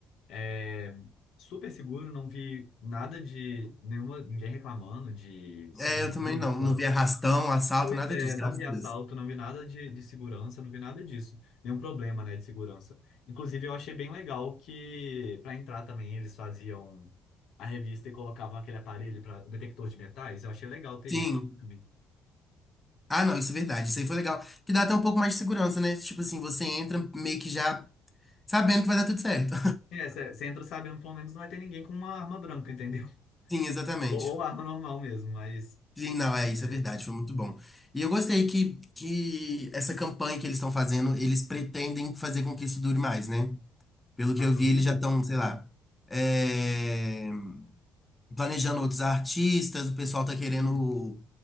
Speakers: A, on the left (about 70°); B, on the left (about 15°).
A: é, super seguro, não vi nada de nenhuma, ninguém reclamando de segurança.
B: É, eu também não. Não vi arrastão, assalto,
A: Pois
B: nada
A: é,
B: disso,
A: não
B: graças
A: vi assalto,
B: a Deus.
A: não vi nada de, de segurança, não vi nada disso. Nenhum problema, né, de segurança. Inclusive, eu achei bem legal que, para entrar também, eles faziam a revista e colocavam aquele aparelho para detector de metais. Eu achei legal ter
B: Sim.
A: isso também.
B: Ah, não, isso é verdade. Isso aí foi legal. Que dá até um pouco mais de segurança, né? Tipo assim, você entra meio que já sabendo que vai dar tudo certo.
A: É, você entra sabendo, pelo menos não vai ter ninguém com uma arma branca, entendeu? <laughs>
B: <laughs> Sim, exatamente.
A: Ou, ou arma normal mesmo, mas
B: Sim, não, é isso,
A: é,
B: é verdade, foi muito bom. E eu gostei que, que essa campanha que eles estão fazendo, eles pretendem fazer com que isso dure mais, né? Pelo que
A: a
B: eu
A: do
B: vi,
A: Rio,
B: eles já estão, sei lá, é, planejando outros artistas, o pessoal tá querendo
A: sim,